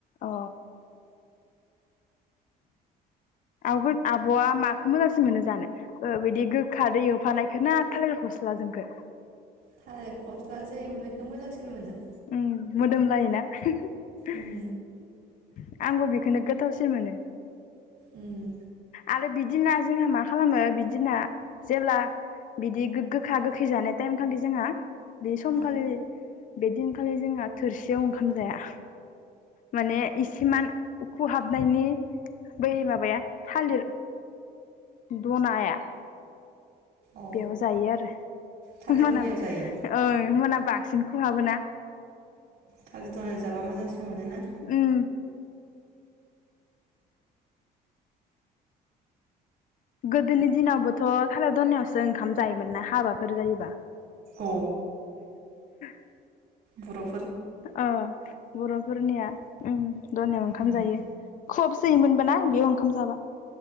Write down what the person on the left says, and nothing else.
अ आबोद आबआ माखो मोजांसिन मोनो जानो ओ बिदि गोखादो एवफानायखो ना थालिर फस्ला जोंखो
उम मोदोमलायोना <unintelligible>
आंबो बेखौनो गोथावसिन मोनो।
आरो बिदिना जोंहा मा खालामो बिदिना जेब्ला बिदि गोखा गोखै जानाय टाइम खालि जोंहा बे समखालि
बेदिनखालि जोंहा थोरसियाव ओंखाम जाया माने इसिमान उखुहाबनायनि बै माबाया थालिर दनाया
बेयाव जायो आरो
मोनाबा
ओ मोनाबा बांसिन खहाबोना
उम गोदोनि दिनावबोथ थालिर दनायावसो ओंखाम जायोमोन ना हाबाफोर जायोबा
<unintelligible> <inaudible>
अ बरफोरनिया उम दनायाव ओंखाम
जायो खहाब जैमोनबोना बेयाव ओंखाम जाबा